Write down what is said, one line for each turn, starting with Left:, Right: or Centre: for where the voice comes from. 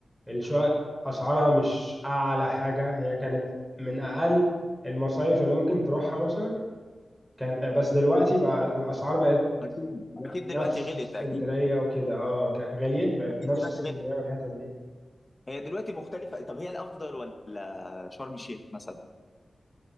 Centre: الشقق أسعارها مش أعلى حاجة هي كانت من أقل المصايف اللي ممكن تروحها مثلا كان آه، بس دلوقتي بقى الأسعار بقت
Left: اكيد اكيد
Centre: نفس
Left: دلوقتي غلط
Centre: اسكندرية
Left: اكيد
Centre: وكده اه كان غليت بقت
Left: اكيد
Centre: نفس
Left: دلوقتي
Centre: اسكندرية
Left: غلط
Centre: والحتت دي
Left: هي دلوقتي مختلفه طب هي الافضل ولا شرم الشيخ مثلا